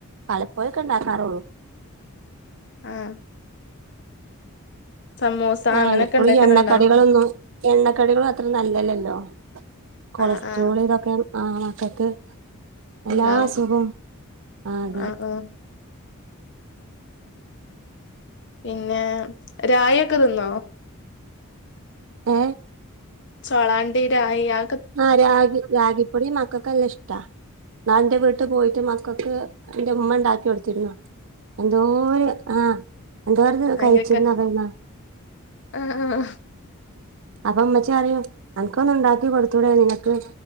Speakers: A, on the right; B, on the left.
A: വല്ലപ്പോഴൊക്കെ ഒണ്ടാക്കാറൊള്ളൂ.
B: ആഹ് സമൂസ
A: ആ
B: അങ്ങനെയൊക്കെ
A: എപ്പഴും
B: ഉണ്ടാക്കലുണ്ടോ
A: ഈ എണ്ണക്കടികളൊന്നും. എണ്ണക്കടികളും അത്ര നല്ലല്ലല്ലോ കൊളസ്ട്രോളും
B: ആഹ് ആഹ്
A: ഇതൊക്കെ ആ മക്കക്ക് എല്ലാ
B: ഉണ്ടാവും
A: അസുഖവും ആ അതെ
B: ആഹ് ആഹ് പിന്നെ രായിയൊക്കെ തിന്നോ
A: ഏ
B: ചൊളാണ്ടിരായ് അ
A: ആഹ് രാഗി രാഗിപ്പൊടി മക്കക്ക് നല്ല ഇഷ്ട്ടാ ന്നാൾ എന്റെ വീട്ടി പോയിട്ട് മക്കക്ക് എന്റെ ഉമ്മ എണ്ടാക്കി കൊടുത്തിരുന്നു എന്തോരു ആഹ് എന്തോരത്
B: ഭയങ്കരക്ക
A: കഴിച്ച് നറയുന്ന
B: ആഹ് ആഹ്
A: അപ്പ ഉമ്മച്ചി പറയും അനക്ക് ഒന്ന് ഇണ്ടാക്കി കൊടുത്തൂടെ നിനക്ക്